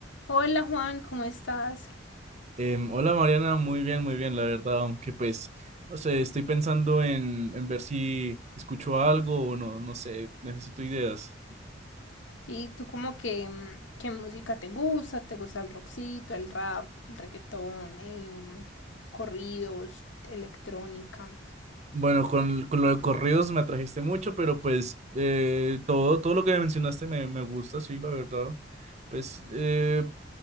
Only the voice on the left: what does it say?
Hola Juan, ¿cómo estás?
¿Y tú como que mm, qué música te gusta? ¿Te gusta el rockcito, el rap, el reggaetón, em, corridos, electrónica?